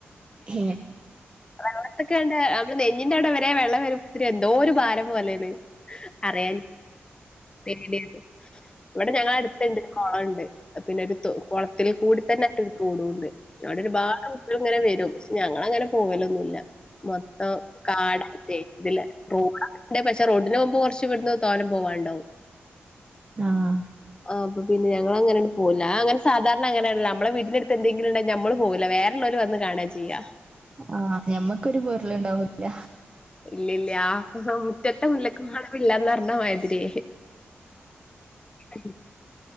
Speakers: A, on the right (about 25°); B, on the left (about 20°).
A: ഏഹ്
B: വെള്ളത്തൊക്കെ കണ്ട് നമ്മള് നെഞ്ഞിന്റെ അവിടെ വരെ വെള്ളം വരും ഇ എന്തോ ഒരു ഭാരം പോലെന്ന് അറിയൻ <unintelligible> ഇവിടെ ഞങ്ങള അടുത്തണ്ട് കൊളം ണ്ട് പിന്നെ ഒരു തൊ കൊ ത്തിൽ കൂടി തന്നെ ഒരു കൂടുണ്ട് അവിടെനെ ബാറെ കുട്ട്യാൾ ഇങ്ങനെ വ <inaudible> ഞങ്ങങ്ങനെ പോവലൊന്നുല്യ മൊത്തം കാടായ്റ്റെ ഇതിലെ റോഡ ടെ പക്ഷേ റോഡിന് നോകുമ്പോ കുറച്ച് ഇവിടുന്ന് തോനെ പോവാ ഇണ്ടാവും
A: ആഹ്
B: ആഹ് അപ്പൊ പിന്നെ ഞങ്ങളങ്ങനെ പോല അങ്ങനെ സാധാരണ അങ്ങനല്ല നമ്മള വീടിന്റെ എട്ത്ത് എന്തങ്കിലും ഉണ്ട നമ്മളും പോല്ല വേറെ ഇന്ന് ഓല് വന്ന് കാണാ ചെയ്യാ
A: ആഹ് ഞമ്മക്കൊരു പൊരുളുണ്ടാവില്ല
B: ഇല്ലില്ല ആഹ് മുറ്റത്തെ മുല്ലക്കും മണമില്ലന്ന് അറിഞ്ഞ മാതിരി <inaudible>